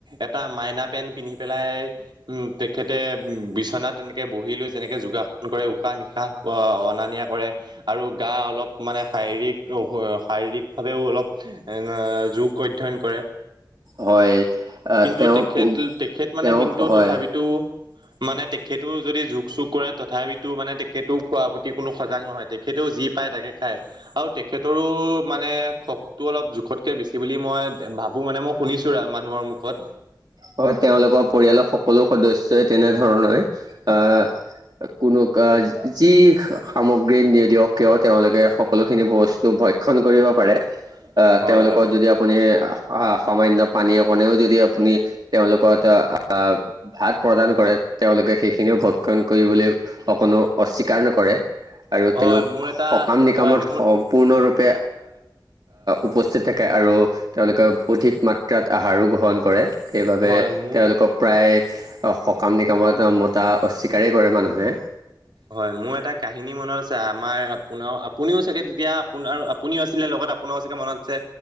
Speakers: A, on the right (about 80°); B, on the right (about 65°).
A: এটা মাইনা পেণ্ট পিন্ধি পেলাই তেখেতে বিশ্বনাথ তেনেকে বহি লৈ যেনেকে যোগাসন কৰে উশাহ নিশাহ অনা নিয়া কৰে আৰু গা অলপ মানে শাৰীৰিক, শাৰীৰিক ভাৱেও অলপ যোগ অধ্যয়ন কৰে।
B: হয়
A: কিন্তু
B: তেওঁ
A: তেখেত তেখেত মানে
B: তেওঁ
A: কিন্তু
B: হয়।
A: তথাপিতো মানে তেখেতো যদি যোগ চুগ কৰে তথাপিতো মানে তেখেতও খোৱা প্ৰতি কোনো সজাগ নহয় তেখেতেও যি পায় তাকে খায় আৰু তেখেতৰো মানে খকটো অলপ জোখতকে বেছি বুলি মই ভাবো মানে মই শুনিছো আৰু মানুহৰ মুখত।
B: হয় তেওঁলোকৰ পৰিয়ালৰ সকলো সদস্যই তেনেধৰণৰ আহ কোনো যি সামগ্ৰী নিদিয়ক কিয় তেওঁলোকে সকলোখিনি বস্তু ভয় শণ কৰিব পাৰে আহ
A: হয়
B: তেওঁলোকৰ
A: হয়
B: যদি আপুনি সামান্য পানী অকণনেও যদি আপুনি তেওঁলোকত আহ ভাত প্ৰদান কৰে তেওঁলোকে সেইখিনিও ভক্ষণ কৰিবলৈ অকণো অস্বীকাৰ নকৰে। আৰু
A: হয়
B: তেওঁলোক
A: মোৰ এটা
B: সকাম নিকামত
A: হয় মোৰ
B: সম্পূৰ্ণৰূপ উপস্থিত থাকে আৰু তেওঁলোকে অধিক মাত্ৰাত আহাৰো গ্ৰহণ কৰে সেইবাবে
A: হয় মোৰ
B: তেওঁলোকক প্ৰায় সকাম নিকামত মতা অস্বীকাৰেই কৰে মানুহে।
A: হয় মোৰ এটা কাহিনী মনত আছে। আমাৰ আপোনাৰ আপুনিও চাগে তেতিয়া আপোনাৰ আৰু আপুনিও আছিলে লগত আপোনাৰও চাগে মনত